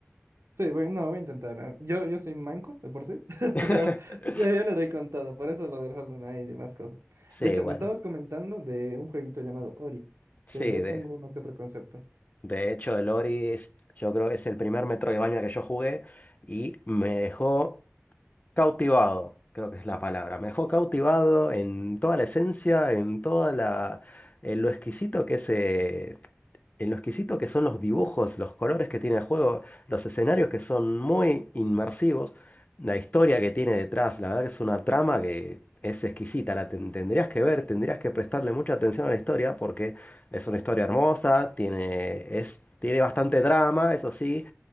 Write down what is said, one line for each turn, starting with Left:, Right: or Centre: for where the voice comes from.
Right: Sí, voy, no, voy a intentar. ah, Yo, yo soy manco de por sí, <laughs>
Left: <laughs>
Right: pero yo, yo le doy con todo. Por eso lo del Hollow Knight y demás cosas.
Left: Sí,
Right: De hecho,
Left: bueno.
Right: me estabas comentando de un jueguito llamado Ori,
Left: Sí,
Right: que yo
Left: de,
Right: tengo uno que otro concepto.
Left: de hecho el Ori es- yo creo que es el primer Metroidvania que yo jugué y me dejó Cautivado, creo que es la palabra. Me dejó cautivado en toda la esencia, en toda la, en lo exquisito que es, eh, en lo exquisito que son los dibujos, los colores que tiene el juego, los escenarios que son muy inmersivos, la historia que tiene detrás, la verdad que es una trama que es exquisita, la ten- tendrías que ver, tendrías que prestarle mucha atención a la historia porque es una historia hermosa, tiene, es, tiene bastante drama, eso sí,